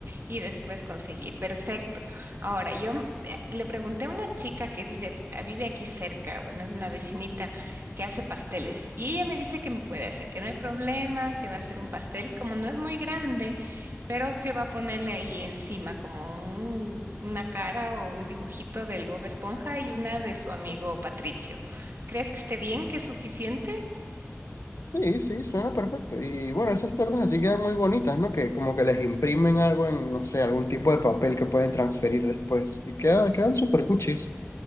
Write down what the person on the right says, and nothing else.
y después conseguir. Perfecto. Ahora, yo mm, eh, le pregunté a una chica que vive, ah, vive aquí cerca, bueno, es una vecinita que hace pasteles y ella me dice que me puede hacer, que no hay problema, que va a hacer un pastel, como no es muy grande, pero que va a ponerle ahí encima como un- una cara o un dibujito del Bob Esponja y una de su amigo Patricio. ¿Crees que esté bien, que es suficiente?